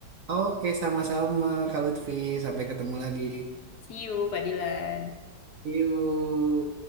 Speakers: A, on the right; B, on the left.
A: Oke, sama-sama Kak Lutfi. Sampai ketemu lagi.
B: See you Kak Dilan.
A: Yuk.